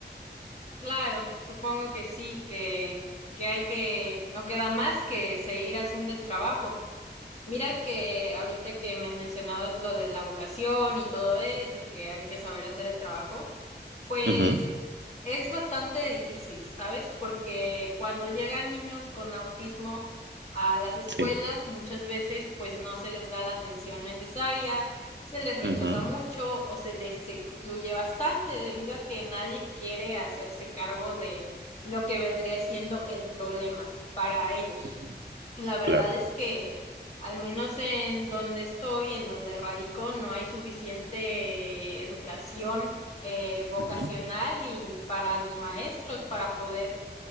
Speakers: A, on the left; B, on the right.
A: Claro, supongo que sí, que, que hay que, no queda más que seguir haciendo el trabajo. Mira que ahorita que me mencionabas lo de la vocación y todo eso, y que hay que saber hacer el trabajo, pues
B: Ujú,
A: es bastante difícil, ¿sabes? Porque cuando llegan niños con autismo a las escuelas,
B: Sí.
A: muchas veces pues no se les da la atención necesaria, se les rechaza
B: ujú,
A: mucho o se les excluye bastante debido a que nadie quiere hacerse cargo de lo que vendría siendo el problema para ellos.
B: ujú,
A: Y La verdad
B: Claro.
A: es que, al menos en donde estoy, en donde radico, no hay suficiente educación eh, vocacional
B: ujú,
A: y para los maestros para poder